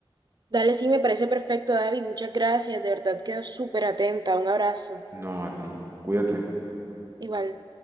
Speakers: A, on the right; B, on the right.
A: Dale, sí, me parece perfecto, David. Muchas gracias. De verdad quedo súper atenta. Un abrazo.
B: No, a ti. Cuídate.
A: Igual.